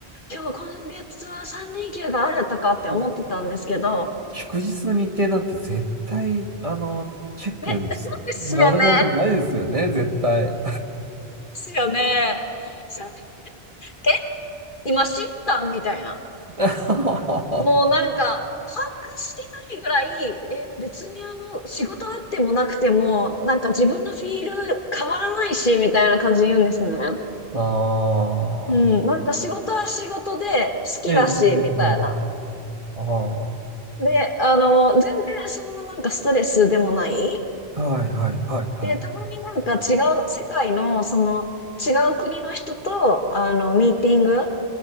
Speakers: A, on the left (about 50°); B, on the right (about 35°).
A: 今日、今月は3連休があるとかって思ってたんですけど、
B: もう祝日の日程なんて絶対、あの、チェック、
A: え、ですよね。
B: もろなんてないですよね、
A: で
B: 絶対。
A: すよね。さえ、今知ったんみたいな。
B: <laughs> あ
A: もうなんか、把握してないぐらい、え、別にあの、仕事あってもなくても、なんか自分のフィール変わらないし、みたいな感じで言うんですね。
B: あ
A: うん、なんか仕事は仕事で好きだし、
B: ー、ええ、ええ、
A: みたいな。
B: ええああ、は
A: で、あの、全然そんななんかストレスでもない。
B: いはい、はい、はい、
A: で、たまになんか違う、世界のその違う国の人と、あの、ミーティング、